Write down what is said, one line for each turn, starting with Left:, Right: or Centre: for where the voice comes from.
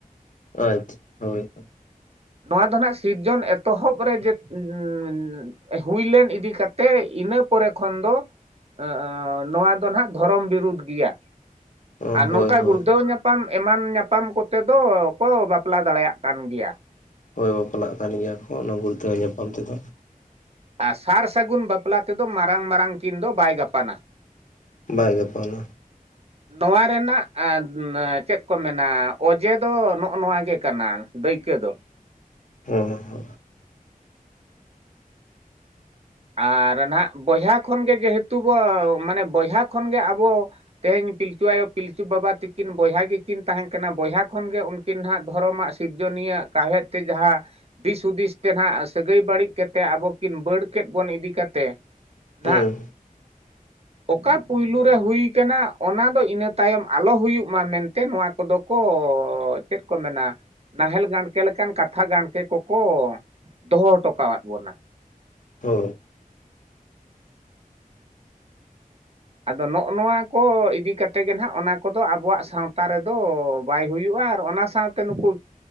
Left: ᱟᱪᱪᱷᱟ ᱦᱚᱭ <unintelligible>
Right: ᱱᱚᱶᱟ ᱫᱚ ᱦᱟᱸᱜ ᱥᱤᱨᱡᱚᱱ ᱮᱛᱚᱦᱚᱵ ᱨᱮ ᱡᱮ <unintelligible> ᱦᱩᱭ ᱞᱮᱱ ᱤᱫᱤ ᱠᱟᱛᱮᱫ ᱤᱱᱟᱹ ᱯᱚᱨᱮ ᱠᱷᱚᱱ ᱫᱚ <unintelligible> ᱱᱚᱣᱟ ᱫᱚ ᱱᱟᱦᱟᱜ ᱫᱷᱚᱨᱚᱢ ᱵᱤᱨᱩᱫᱽ ᱜᱮᱭᱟ
Left: ᱦᱳᱭ
Right: ᱟᱨ ᱱᱚᱝᱠᱟ
Left: ᱦᱳᱭ
Right: ᱜᱩᱲᱫᱟᱹᱣ ᱧᱟᱯᱟᱢ ᱮᱢᱟᱱ ᱧᱟᱯᱟᱢ ᱠᱚᱛᱮ ᱫᱚ ᱠᱚ ᱵᱟᱯᱞᱟ ᱫᱟᱲᱮᱭᱟᱜ ᱠᱟᱱ ᱜᱮᱭᱟ
Left: ᱦᱚᱭ ᱵᱟᱯᱞᱟᱜ ᱠᱟᱱ ᱜᱮᱭᱟ ᱠᱚ ᱚᱱᱟ ᱜᱩᱲᱫᱹᱟᱣ ᱧᱟᱯᱟᱢ ᱛᱮᱫᱚ
Right: ᱟᱨ ᱥᱟᱨ ᱥᱟᱹᱜᱩᱱ ᱵᱟᱯᱞᱟ ᱛᱮᱫᱚ ᱢᱟᱨᱟᱝ ᱢᱟᱨᱟᱝ ᱠᱤᱱ ᱫᱚ ᱵᱟᱭ ᱜᱟᱯᱟᱱᱟ
Left: ᱵᱟᱭ ᱜᱟᱯᱟᱱᱟ
Right: <inaudible> ᱱᱚᱶᱟ ᱨᱮᱱᱟᱜ ᱪᱮᱫ ᱠᱚ ᱢᱮᱱᱟ ᱚᱡᱮ ᱫᱚ ᱱᱚᱜᱼᱱᱚᱶᱟ ᱜᱮ ᱠᱟᱱᱟ ᱫᱟᱹᱭᱠᱟᱹ ᱫᱚ
Left: ᱦᱩᱸ ᱦᱩᱸ
Right: ᱟᱨ ᱱᱟᱦᱟᱜ ᱵᱚᱭᱦᱟ ᱠᱷᱚᱱ ᱜᱮ ᱜᱮᱦᱮᱛᱩ ᱵᱚ ᱢᱟᱱᱮ ᱵᱚᱭᱦᱟ ᱠᱷᱚᱱ ᱜᱮ ᱟᱵᱚ ᱛᱮᱦᱮᱧ ᱯᱤᱞᱪᱩ ᱟᱭᱳ ᱯᱤᱞᱪᱩ ᱵᱟᱵᱟ ᱛᱟᱹᱠᱤᱱ ᱵᱚᱭᱦᱟ ᱜᱮ ᱠᱤᱱ ᱛᱟᱦᱮᱸ ᱠᱟᱱᱟ ᱵᱚᱭᱦᱟ ᱠᱷᱚᱱ ᱜᱮ ᱚᱱ..... ᱠᱤᱱ ᱦᱟᱸᱜ ᱫᱷᱚᱨᱚᱢᱟᱜ ᱥᱤᱨᱡᱚᱱᱤᱭᱟᱹ ᱠᱟᱦᱮᱫ ᱛᱮ ᱡᱟᱦᱟᱸ ᱫᱤᱥ ᱦᱩᱫᱤᱥ ᱛᱮ ᱱᱟᱦᱟᱜ ᱥᱟᱹᱜᱟᱹᱭ ᱵᱟᱹᱲᱤᱡ ᱠᱟᱛᱮᱫ ᱟᱵᱚ ᱠᱤᱱ ᱵᱟᱹᱲ ᱠᱮᱫ ᱵᱚᱱ ᱤᱫᱤ ᱠᱟᱛᱮ
Left: ᱦᱮᱸ
Right: ᱱᱟᱜᱼᱼ ᱚᱠᱟ ᱯᱩᱭᱞᱳ ᱨᱮ ᱦᱩᱭ ᱠᱟᱱᱟ ᱚᱱᱟ ᱫᱚ ᱤᱱᱟᱹ ᱛᱟᱭᱚᱢ ᱟᱞᱚ ᱦᱩᱭᱩᱜ ᱢᱟ ᱢᱮᱱᱛᱮ ᱱᱚᱣᱟᱼᱼ ᱠᱚᱫᱚ ᱠᱚ ᱪᱮᱫ ᱠᱚ ᱢᱮᱱᱟᱼᱼ ᱱᱟᱦᱮᱞ ᱜᱟᱲᱠᱮ ᱞᱮᱠᱟᱱ ᱠᱟᱛᱷᱟ ᱜᱟᱲᱠᱮ ᱠᱚᱠᱚ ᱫᱚᱦᱚ ᱦᱚᱴᱚᱠᱟᱫ ᱵᱚᱱᱟ᱾
Left: ᱦᱳᱸ <inaudible>
Right: ᱟᱫᱚ ᱱᱚᱜᱼᱚ ᱱᱚᱣᱟ ᱠᱚ ᱤᱫᱤ ᱠᱟᱛᱮ ᱜᱮ ᱱᱟᱦᱱᱟᱜ ᱚᱱᱟ ᱠᱚᱫᱚ ᱟᱵᱚᱣᱟᱜ ᱥᱟᱶᱛᱟ ᱨᱮᱫᱚ ᱵᱟᱭ ᱦᱩᱭᱩᱜᱼᱟ ᱟᱨ ᱚᱱᱟᱼᱼ ᱥᱟᱶᱛᱮ ᱱᱩᱠᱩᱼᱼ